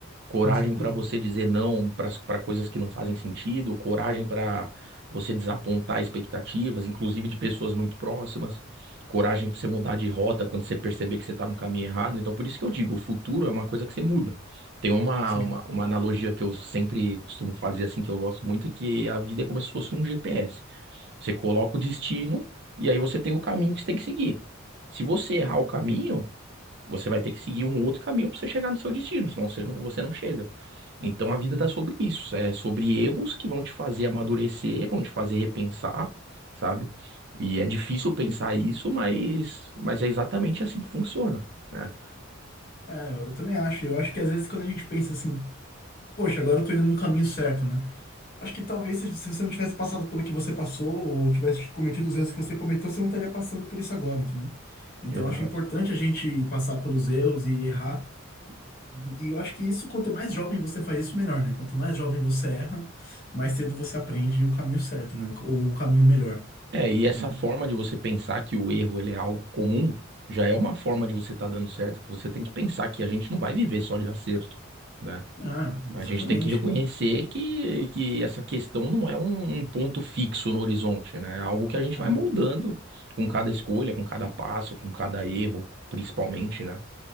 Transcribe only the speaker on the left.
Com certeza.
Sim,
sim.
É, eu também acho. Eu acho que às vezes quando a gente pensa assim, poxa, agora eu tô indo no caminho certo, né? Acho que talvez se se você não tivesse passado pelo que você passou, ou tivesse cometido os erros que você cometeu, você não estaria passando por isso agora, entendeu? Então
acho importante a gente passar pelos erros e errar. E eu acho que isso, quanto mais jovem você faz isso, melhor, né? Quanto mais jovem você erra, mais cedo você aprende o caminho certo, né? Ou o caminho melhor,
né?
Ah,
exatamente.
Ah,